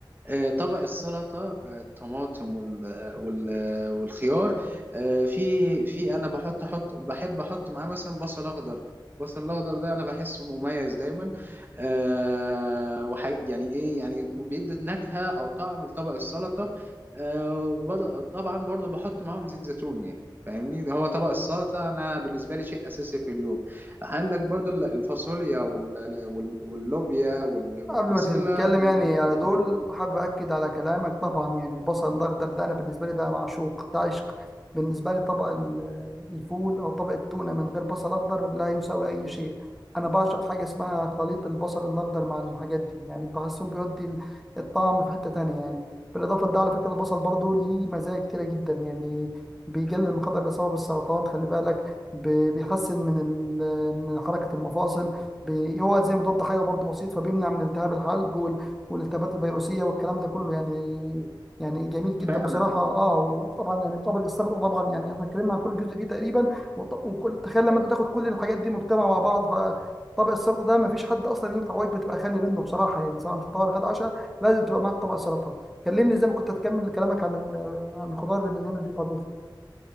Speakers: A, on the right; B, in the centre.
A: آه، طبق السلطة آه، الطماطم وال وال والخيار آه، في في أنا بحط أحط بحب أحط معاه مثلا بصل أخضر البصل الأخضر ده أنا بحسه مميز دايما آه، وح يعني إيه يعني بيدي نكهة أو طعم لطبق السلطة آه، وبر- طبعا برضو بحط معاهم زيت زيتون يعني فاهمني ده هو طبق السلطة أنا بالنسبة لي شيء أساسي في اليوم عندك برضو الفاصوليا وال- وال- واللوبيا وال- والبسلة
B: قبل ما تتكلم
A: من
B: يعني
A: أنضف
B: على
A: الحاجات
B: دول حابب أكد على كلامك طبعا يعني البصل الأخضر ده أنا بالنسبة لي ده معشوق ده عشق بالنسبة لي طبق ال- الفول أو طبق التونة من غير بصل أخضر لا يساوي أي شيء أنا بعشق حاجة اسمها خليط البصل الأخضر مع الحاجات دي يعني بحسهم بيودي ال- الطعم في حتة تانية يعني بالإضافة لده على فكرة البصل برضو ليه مزايا كتيرة جدا يعني بيقلل من خطر الإصابة بالسرطان خلي بالك بي- بيحسن من ال- من حركة المفاصل بي هو زي مضاد حيوي برضه بسيط فبيمنع من التهاب الحلق وال... والالتهابات الفيروسيه والكلام ده كله يعني يعني جميل جدا
A: فعلا
B: بصراحه اه وطبعا يعني طبق السلطه طبعا يعني احنا اتكلمنا عن كل جزء فيه تقريبا وط- وكل تخيل لما انت تاخد كل الحاجات دي مجتمعه مع بعض فطبق السلطه ده ما فيش حد اصلا ينفع وجبه تبقى خاليه منه بصراحه يعني سواء فطار غدا عشاء لازم تبقى معاك طبق سلطه كلمني زي ما كنت هتكمل كلامك عن ال... عن الخضار اللي بنعمل بيه طبيخ